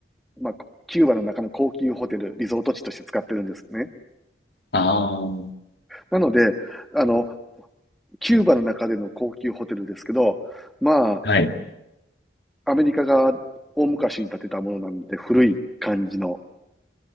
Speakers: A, in the centre; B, on the left (about 65°).
A: まあ、キューバの中の高級ホテル、リゾート地として使ってるんですね。
B: ああー。
A: なので、あの、キューバの中での高級ホテルですけど、ま
B: はい。
A: あ、アメリカが大昔に建てたものなんで、古い感じの、